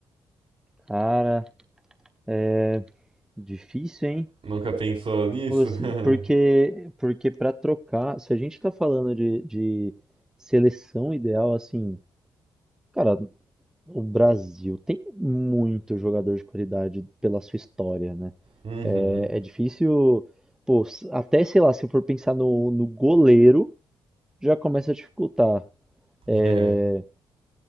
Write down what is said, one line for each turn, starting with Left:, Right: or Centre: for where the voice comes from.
Centre: cara, é difícil, hein?
Right: Nunca pensou nisso?
Centre: Você-
Right: <laughs>
Centre: Porque, porque para trocar, se a gente tá falando de, de seleção ideal, assim, cara, o Brasil tem muito jogador de qualidade pela sua história, né?
Right: Uhum.
Centre: É, é difícil, pô, s- até sei lá, se eu for pensar no, no goleiro, já começa a dificultar. É,
Right: É,